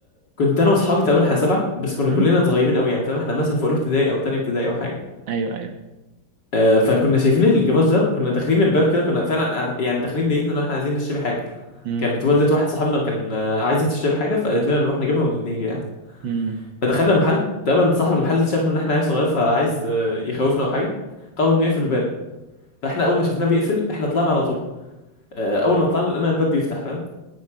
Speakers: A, on the left; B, on the right.
A: كنت انا واصحابي تقريبا احنا سبعه بس كنا
B: مم،
A: كلنا صغيرين قوي يعني فاهم احنا مثلا في اولى ابتدائي او تانية ابتدائي او حاجه
B: ايوه ايوه
A: آه فكنا شايفين الجراج ده كنا داخلين الباب كده كنا فعلا قاع- يعني داخلين نيتنا ان احنا عايزين نشتري حاجه
B: مم،
A: كانت والدة واحد صاحبنا كان آه، عايزه تشتري حاجه فقالت لنا نروح نجيبها ونيجي يعني
B: مم.
A: فدخلنا المحل تقريبا صاحب المحل شافنا ان احنا عيال صغير فعايز آه، يخوفنا او حاجه قرر انه يقفل الباب فاحنا اول ما شفناه بيقفل احنا طلعنا على طول آه، اول ما طلعنا لقينا الباب بيفتح فاهم